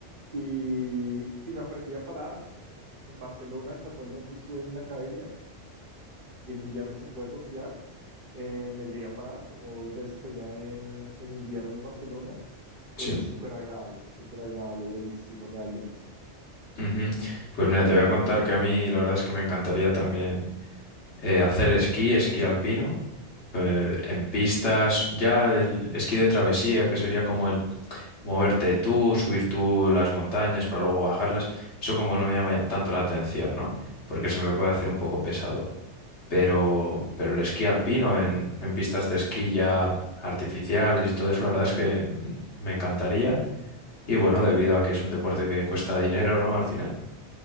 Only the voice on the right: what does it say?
y, y me aprendí a parar. En Barcelona casualmente estuve en una academia y en invierno se puede surfear. Eh, me llegué a parar como dos veces allá en, en invierno en Barcelona. Eh,
súper agradable, súper agradable, buenísimo realmente.